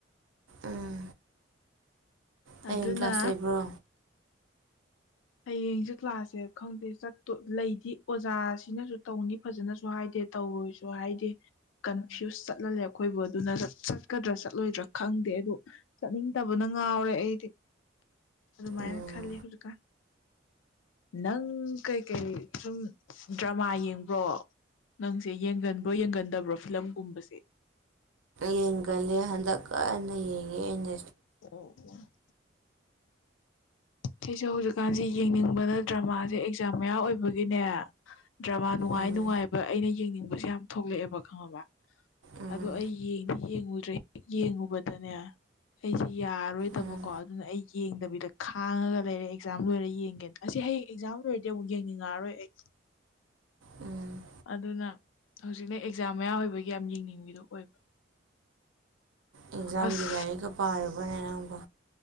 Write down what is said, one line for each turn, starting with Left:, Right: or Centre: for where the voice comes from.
Right: ꯎꯝ ꯍꯌꯦꯡ
Left: ꯑꯗꯨꯅ
Right: ꯀ꯭ꯂꯥꯁ ꯂꯩꯕ꯭ꯔꯣ
Left: ꯍꯌꯦꯡꯖ‌ꯦ ꯀ꯭ꯂꯥꯁꯁꯦ ꯈꯪꯗꯦ ꯆꯠꯇꯣ ꯂꯩꯗꯤ ꯑꯣꯖꯥꯁꯤꯅꯁꯨ ꯇꯧꯅꯤ ꯐꯖꯅꯁꯨ ꯍꯥꯏꯗꯦ ꯇꯧꯔꯣꯏꯁꯨ ꯍꯥꯏꯗꯦ ꯀꯟꯐ꯭ꯌꯨꯁ ꯆꯠꯍꯜꯂꯦ ꯑꯩꯈꯣꯏꯕꯨ ꯑꯗꯨꯅ ꯆꯠꯀꯗ꯭ꯔꯥ ꯆꯠꯂꯣꯏꯗ꯭ꯔꯥ ꯈꯪꯗꯦ ꯑꯗꯨ ꯆꯠꯅꯤꯡꯗꯕꯅ ꯉꯥꯎꯔꯦ ꯑꯩꯗꯤ ꯑꯗꯨꯃꯥꯏꯅ
Right: ꯎꯝ
Left: ꯈꯜꯂꯤ ꯍꯧꯖꯤꯛꯀꯥꯟ ꯅꯪ ꯀꯩꯀꯩ ꯁꯨꯝ ꯗ꯭ꯔꯃꯥ ꯌꯦꯡꯕ꯭ꯔꯣ ꯅꯪꯁꯦ ꯌꯦꯡꯒꯟꯕ꯭ꯔꯣ ꯌꯦꯡꯒꯟꯗꯕ꯭ꯔꯣ ꯐꯤꯂꯝꯒꯨꯝꯕꯁꯦ
Right: ꯌꯦꯡꯒꯜꯂꯦ ꯍꯟꯗꯛ ꯀꯟꯅ ꯌꯦꯡꯉꯦ ꯑꯩꯅ
Left: ꯑꯣ ꯑꯣ ꯁꯤꯁꯨ ꯍꯧꯖꯤꯛꯀꯥꯟꯁꯦ ꯌꯦꯡꯅꯤꯡꯕꯅ ꯗ꯭ꯔꯃꯥꯁꯦ ꯑꯦꯛꯖꯥꯝ ꯃꯌꯥ ꯑꯣꯏꯕꯒꯤꯅꯦ ꯗ꯭ꯔꯃꯥ ꯅꯨꯡꯉꯥꯏ
Right: ꯎꯝ
Left: ꯅꯨꯡꯉꯥꯏꯕ ꯑꯩꯅ ꯌꯦꯡꯅꯤꯡꯕꯁꯦ ꯌꯥꯝ ꯊꯣꯛꯂꯛꯑꯦꯕ ꯈꯪꯉꯕ
Right: ꯎꯝ
Left: ꯑꯗꯣ ꯑꯩ ꯌ‌ꯦꯡꯗꯤ ꯌꯦꯡꯉꯨꯗ꯭ꯔꯦ ꯌꯦꯡꯉꯨꯕꯗꯅꯦ ꯑꯩꯁꯦ ꯌꯥꯔꯣꯏꯗꯕꯀꯣ
Right: ꯎꯝ
Left: ꯑꯗꯨꯅ ꯑꯩ ꯌꯦꯡꯗꯕꯤꯗ ꯈꯥꯡ ꯍꯥꯡꯉꯒ ꯂꯩꯔꯦ ꯑꯦꯛꯖꯥꯝ ꯂꯣꯏꯔꯦ ꯌꯦꯡꯒꯦꯅ ꯑꯁꯤ ꯍꯌꯦꯡ ꯑꯦꯛꯖꯥꯝ ꯂꯣꯏꯔꯗꯤ ꯑꯃꯨꯛ ꯌꯦꯡꯅꯤꯡꯉꯛꯑꯔꯣꯏ ꯑꯩ
Right: ꯎꯝ
Left: ꯑꯗꯨꯅ ꯍꯧꯖꯤꯛꯅ ꯑꯦꯛꯖꯥꯝ ꯃꯌꯥ ꯑꯣꯏꯕꯒꯤ ꯌꯥꯝ ꯌꯦꯡꯅꯤꯡꯕꯤꯗꯣ ꯑꯣꯏꯕ
Right: ꯑꯦꯛꯖꯥꯝꯒꯤ
Left: ꯑꯁ
Right: ꯂꯥꯏꯔꯤꯛꯀ ꯄꯥꯔꯕ꯭ꯔꯅꯦ ꯅꯪꯕꯨ